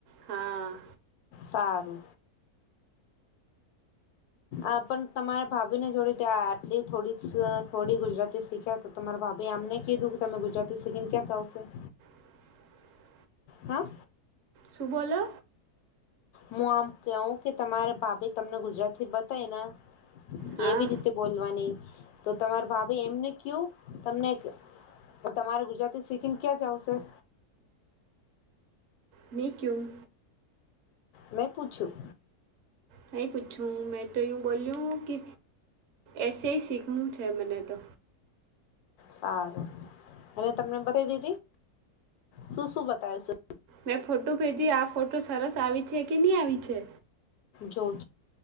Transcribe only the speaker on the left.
સારુ આ પણ તમારે ભાવી, ને જોડી ત આટલી થોડી થોડી ગુજરાતી શીખ્યા, તો તમારા વાભે આમને કીધુ કે તમે ગુજરાતી સિગિંગ ક્યાં જ આવશે
હા
હુ, આમ કહુ, કે તમારા ભાભી તમને ગુજરાતી બતાય ને કે,
એવી રીતે બોલવા નહી, તો તમાર ભાભે એમને કયુ તમને તમારે ગુજરાતી, સીિંગ ક્યાં જાવ સર
મેં પૂછ્યું
સારુ, અને તમને બતા દીધી શું શું બતાવ છે.
જોજ,